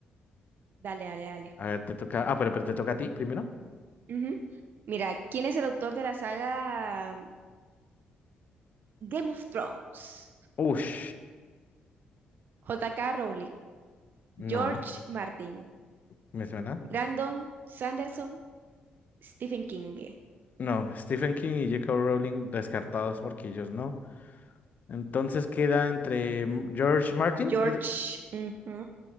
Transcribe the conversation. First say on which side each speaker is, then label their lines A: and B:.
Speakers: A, on the right (about 65°); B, on the left (about 50°).
A: Dale, dale, dale.
B: A ver, te toca. Ah, pero, pero te toca a ti primero.
A: Ujú. Mira, ¿quién es el autor de la saga Game of Thrones?
B: Ush.
A: J K Rowling,
B: No,
A: George Martin,
B: ¿me suena?
A: Brandon Sanderson, Stephen King.
B: No, Stephen King y J.K. Rowling descartados porque ellos no. Entonces queda entre George Martin
A: George.
B: es-
A: ujú.